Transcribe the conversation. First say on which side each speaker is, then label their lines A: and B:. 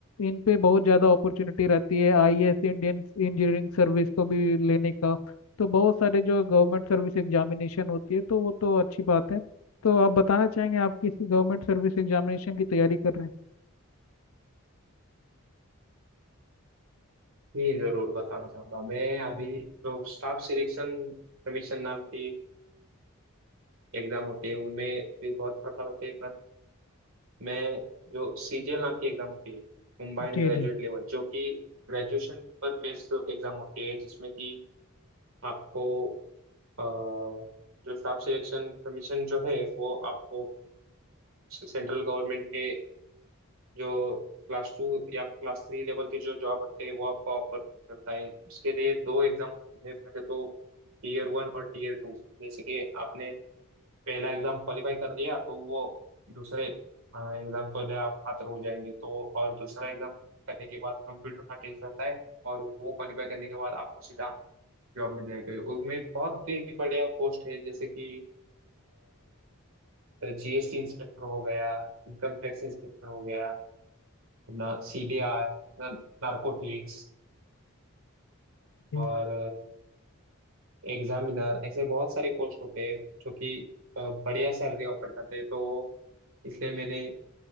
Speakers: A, on the left; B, on the right.
A: इन पे बहुत ज़्यादा अपॉर्चुनिटी रहती है आईएएस इंडियन इंजीनियरिंग सर्विस को भी लेने का तो बहुत सारे जो गवर्नमेंट सर्विस एग्जामिनेशन होती है तो वो तो अच्छी बात है तो आप बताना चाहेंगे आप किस गवर्नमेंट सर्विस एग्जामिनेशन की तैयारी कर रहे हैं
B: जी जरूर बताना चाहूंगा मैं अभी जो स्टाफ सिलेक्शन कमीशन नाम की एग्जाम होती है उनमें भी बहुत प्रकार होते हैं पर मैं जो सीजीएल नाम की एग्जाम होती है कंबाइंड
A: जी
B: ग्रेजुएट
A: जी
B: लेवल जो कि ग्रेजुएशन पर बेस्ड एग्जाम होती है जिसमें कि आपको अ, जो स्टाफ सिलेक्शन कमीशन जो है वो आपको सेंट्रल गवर्नमेंट के जो क्लास टू या क्लास थ्री लेवल की जो जॉब होते हैं वो आपको ऑफर करता है उसके लिए दो एग्जाम होते हैं पहले तो टीयर वन और टीयर टू जैसे कि आपने पहला एग्जाम क्वालिफाई कर दिया तो वो दूसरे एग्जाम के लिए आप पात्र हो जाएंगे तो और दूसरा एग्जाम करने के बाद कंप्यूटर का टेस्ट रहता है और वो क्वालिफाई करने के बाद आपको सीधा जॉब मिल जाएगी उनमें बहुत ही बढ़िया पोस्ट है जैसे कि जीएसटी इंस्पेक्टर हो गया इनकम टैक्स इंस्पेक्टर हो गया अपना सीबीआई नारकोटिक्स
A: जी,
B: और एग्जामिनर ऐसे बहुत सारे पोस्ट होते हैं जो कि अ, बढ़िया सैलरी ऑफर करते हैं तो इसलिए मैंने अ,